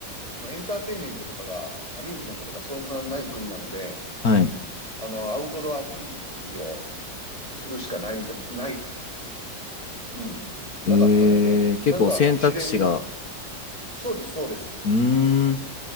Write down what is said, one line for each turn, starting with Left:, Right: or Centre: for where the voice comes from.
Right: そのエンターテインメントとかが、アミューズメントとかそんなない国なので、
Left: はい。
Right: あの、アウトドアアクティビティをするしかないど、ない、うん、
Left: ええ、
Right: なかったので、
Left: 結構選択肢が
Right: なんか自然、そうです、そうです。
Left: うーん。